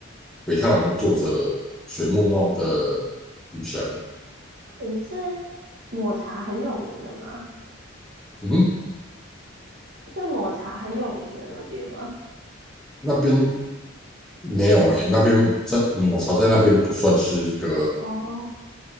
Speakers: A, in the centre; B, on the right.
A: 北太郎的作者水木茂的故乡。
B: 你是抹茶很有名的吗？
A: 嗯，
B: 是抹茶很有名的那边吗？
A: 那边没有哎、那边在抹茶在那边不算是一个
B: 哦